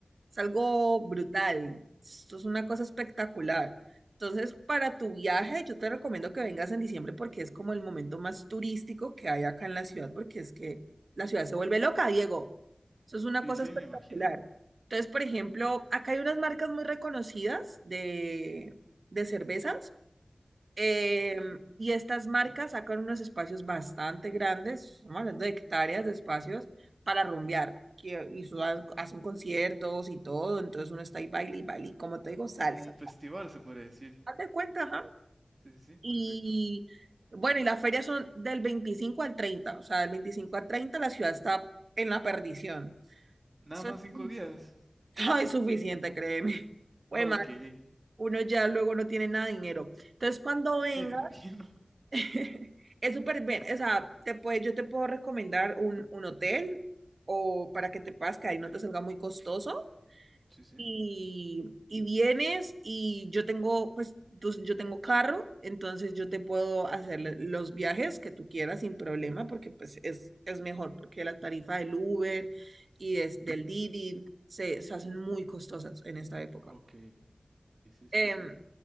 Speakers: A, on the right (about 75°); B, on the right (about 45°).
A: Es algo brutal. Esto es una cosa espectacular. Entonces, para tu viaje, yo te recomiendo que vengas en diciembre porque es como el momento más turístico que hay acá en la ciudad, porque es que la ciudad se vuelve loca, Diego. Eso es una cosa
B: sí,
A: espectacular.
B: me imagino.
A: Entonces, por ejemplo, acá hay unas marcas muy reconocidas de, de cervezas. Eh,
B: Ujú.
A: y estas marcas sacan unos espacios bastante grandes, estamos hablando de hectáreas de espacios para rumbear, que, y su- hacen conciertos y todo, entonces uno está ahí baile y baile, y como te digo, salsa.
B: O como un festival, se podría decir.
A: Hazte cuenta, ajá.
B: Sí, sí, sí, perfecto.
A: Y bueno, y las ferias son del 25 al treinta o sea, del 25 al 30 la ciudad está en la perdición.
B: Nada
A: Eso
B: más
A: <laughs>
B: cinco días.
A: está insuficiente, créeme. Bueno,
B: Ok.
A: uno ya luego no tiene nada de dinero. Entonces, cuando venga
B: Sí, me imagino.
A: <laughs> Es súper bien, o sea, te puede, yo te puedo recomendar un, un hotel o para que te puedas quedar y no te salga muy costoso.
B: Sí, sí.
A: Y, y vienes y yo tengo, pues tú- yo tengo carro, entonces yo te puedo hacer l- los viajes que tú quieras sin problema porque pues es, es mejor, porque la tarifa del Uber y des- del Didi se, se hacen muy costosas en esta época.
B: Ok. Sí,
A: Em,
B: sí, sí.